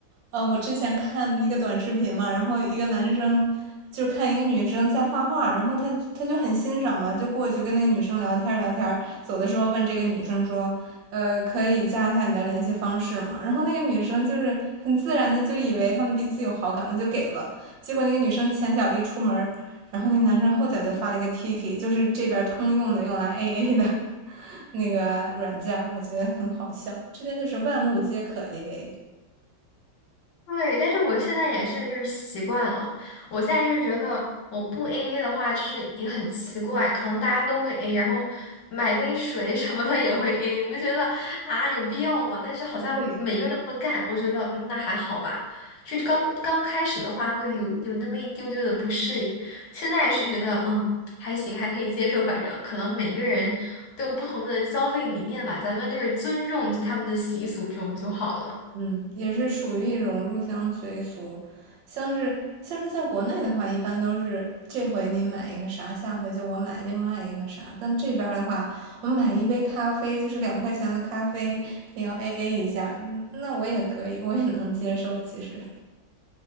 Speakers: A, on the right; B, on the left.
A: 呃，我之前看一个短视频嘛，然后一个男生就看一个女生在画画，然后他他就很欣赏嘛，就过去跟那个女生聊天儿聊天儿走的时候问这个女生说，呃，可以加一下你的联系方式吗？然后那个女生就是很自然的就以为他们彼此有好感嘛，就给了，结果那个女生前脚一出门然后那男生后脚就发了一个 Tiki，就是这边通用的用来 AA 的那个软件我觉得很好笑。这边就是万物皆可 AA，
B: 对，但是我现在也是就是习惯了，我现在就是觉得我不 AA 的话，就是也很奇怪，可能大家都会 A，然后买杯水 <laughs> 什么的也会 A，我就觉得啊有必要吗？但是好像每个人都会干，
A: 对，
B: 我觉得嗯那还好吧。就刚刚开始的话会有有那么一丢丢的不适应，现在是觉得嗯还行，还可以接受，反正可能每个人都有不同的消费理念吧，咱们就是尊重就他们的习俗这种就好了。
A: 嗯，也是属于一种入乡随俗。像是像是在国内的话，一般都是这回你买一个啥，下回就我买另外一个啥。但这边的话，我买一杯咖啡，就是两块钱的咖啡，也要 AA 一下。嗯那我也可以，我也能接受，其实。